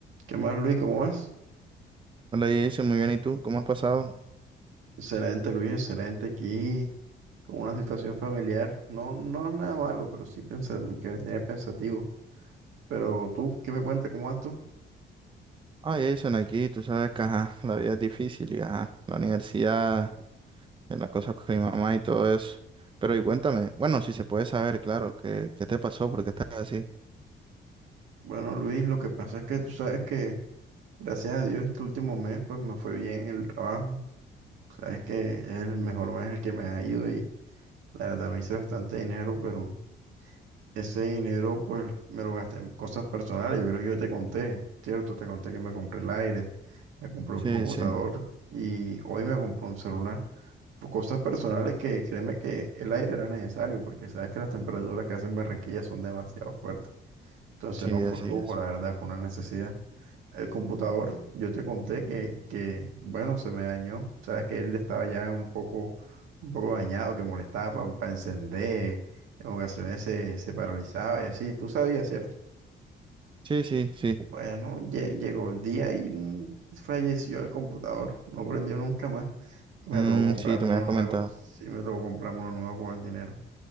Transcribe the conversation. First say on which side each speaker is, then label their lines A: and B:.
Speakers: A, on the right; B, on the right.
A: ¿Qué más, Luis? ¿Cómo vas?
B: Hola Jason, muy bien, ¿y tú? ¿Cómo has pasado?
A: Excelente, Luis, excelente aquí, con una situación familiar. No, no es nada malo, pero sí pensa- que me tiene pensativo. Pero tú, ¿qué me cuentas? ¿Cómo vas tú?
B: Ah, Jason, aquí tú sabes que ajá, la vida es difícil y ajá, la universidad, en las cosas con mi mamá y todo eso. Pero y cuéntame, bueno, si se puede saber, claro, ¿qué, qué te pasó? ¿Por qué estás así?
A: Bueno, Luis, lo que pasa es que tú sabes que, gracias a Dios, este último mes, pues me fue bien el trabajo. Sabes que es el mejor mes en el que me ha ido y la verdad me hice bastante dinero, pero Ese dinero, pues, me lo gasté en cosas personales. Yo creo que yo te conté, ¿cierto? Te conté que me compré el aire, me compré un
B: Sí,
A: computador
B: sí,
A: y hoy me compré un celular. Pues, Cosas personales que créeme que el aire era necesario porque sabes que las temperaturas que hacen Barranquilla son demasiado fuertes. Entonces
B: sí,
A: no fue
B: así
A: un lujo,
B: es.
A: la verdad, fue una necesidad. El computador, yo te conté que, que, bueno, se me dañó. Sabes que él estaba ya un poco, un poco dañado, que molestaba para encender. En ocasiones se, se paralizaba y así. Tú sabías, ¿cierto?
B: Sí, sí, sí.
A: Bueno, lle- llegó el día y mm, falleció el computador. No prendió nunca más. Y me
B: Mm,
A: tocó comprarme
B: sí, tú me
A: uno
B: has
A: nuevo.
B: comentado.
A: Sí, me tocó comprarme uno nuevo con el dinero.